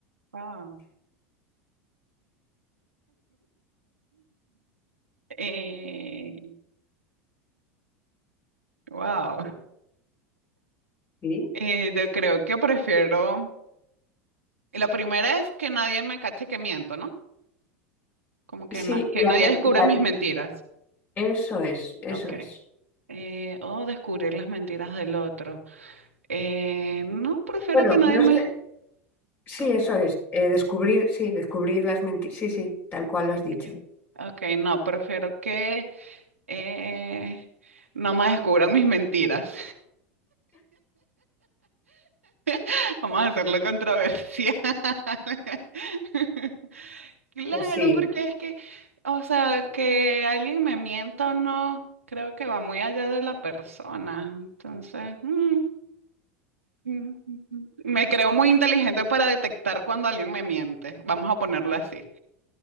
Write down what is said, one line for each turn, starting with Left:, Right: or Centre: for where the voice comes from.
Right: Wow. Eh, wow.
Left: ¿Sí?
Right: Eh, yo creo que prefiero. La primera es que nadie me cache que miento, ¿no? Como
Left: Sí,
Right: que, na-
Left: y
Right: que
Left: ade-
Right: nadie descubra
Left: y ade-
Right: mis mentiras.
Left: eso es, eso
Right: Ok.
Left: es.
Right: Eh, o descubrir las mentiras del otro. Eh, no, prefiero
Left: Bueno,
Right: que nadie
Left: no
Right: me...
Left: sé, sí,
Right: ¿Cómo?
Left: eso es. eh, descubrir, sí, descubrir las mentiras. Sí, sí, tal cual
Right: Ok.
Left: lo has dicho.
Right: Ok, no, prefiero que Eh, no me descubran mis mentiras. <laughs> Vamos a hacerlo controversial. <laughs> Claro,
Left: Pues sí.
Right: porque es que, o sea, que alguien me mienta o no, creo que va muy allá de la persona. Entonces, mm, mm, mm, mm. me creo muy inteligente para detectar cuando alguien me miente. Vamos a ponerlo así.